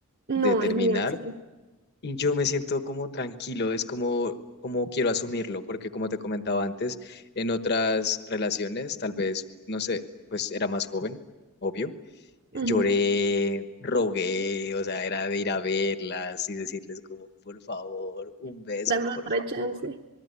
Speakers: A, on the right; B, on the left.
A: No,
B: de terminar
A: es mi versión.
B: Y yo me siento como tranquilo, es como, como quiero asumirlo, porque como te comentaba antes, en otras relaciones, tal vez, no sé, pues era más joven, obvio,
A: Ujú,
B: lloré, rogué, o sea, era de ir a verlas y decirles como, por favor, un beso,
A: Dame otra
B: por favor,
A: chance.